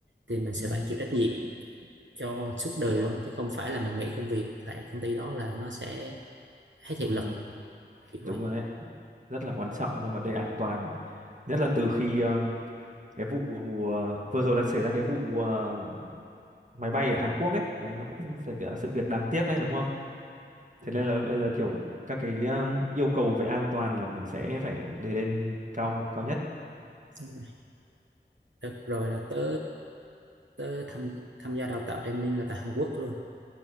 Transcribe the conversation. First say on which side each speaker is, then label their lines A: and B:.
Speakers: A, on the right (about 85°); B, on the right (about 45°).
A: thì mình sẽ
B: ừ
A: phải chịu trách nhiệm cho suốt đời
B: đúng rồi
A: luôn chứ không phải là mình nghỉ công việc tại công ty đó là nó sẽ hết hiệu
B: ừ
A: lực kiểu
B: đúng
A: vậy
B: rồi đấy rất là quan trọng trong vấn đề an toàn nhất là từ khi ờ, cái vụ ờ, vừa rồi là xảy ra cái vụ ờ, máy bay ở Hàn Quốc ấy đấy nó cũng phải là sự việc đáng tiếc đấy đúng không
A: đúng
B: thế
A: rồi
B: nên là bây giờ kiểu các cái ờ, yêu cầu về an toàn là mình sẽ phải để lên cao cao nhất
A: đúng rồi Được rồi là tớ tớ tham tham gia đào tạo training là tại Hàn Quốc luôn.